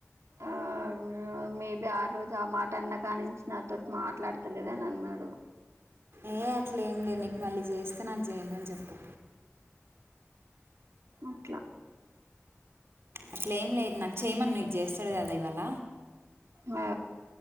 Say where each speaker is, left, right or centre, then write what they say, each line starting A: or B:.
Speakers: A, on the right; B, on the right.
A: ఆ మేబి ఆ రోజు ఆ మాట అన్న కానించి నాతోటి మాట్లాడతలేదని అన్నడు
B: ఏ అట్లా ఏం లేదు నీకు మళ్ళీ చేస్తే నాకు చేయమని చెప్పు
A: అట్లా
B: అట్లా ఏం లేదు నాకు చేయమని నీకు చేస్తడు కదా ఇవాళ
A: ఆ